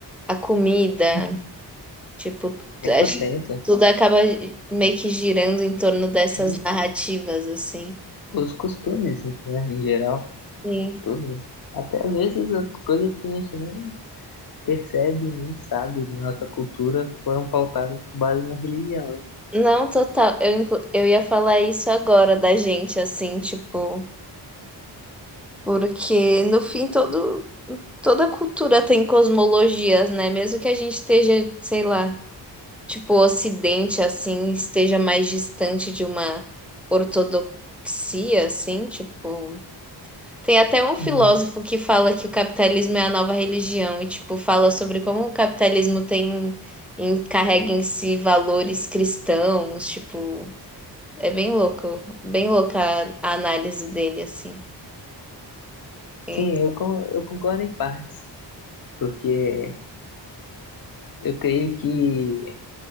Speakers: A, in the centre; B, on the left.
A: a comida, tipo,
B: 100%.
A: acho que tudo acaba meio que girando em torno dessas
B: E
A: narrativas, assim.
B: os costumes, né, em geral,
A: Sim.
B: tudo. Até às vezes as coisas que a gente nem percebe nem sabe de nossa cultura foram pautadas com base na religião. né?
A: Não, total. Eu, inclu- eu ia falar isso agora da gente, assim, tipo, porque no fim todo, toda cultura tem cosmologias, né? Mesmo que a gente esteja, sei lá, tipo, o Ocidente, assim, esteja mais distante de uma ortodoxia, assim, tipo. Tem até um filósofo
B: Uhum.
A: que fala que o capitalismo é a nova religião e, tipo, fala sobre como o capitalismo tem, em- carrega em si valores cristãos, tipo. É bem louco, bem louca a a análise dele, assim. Então,
B: Sim, eu, con- eu concordo em partes, porque eu creio que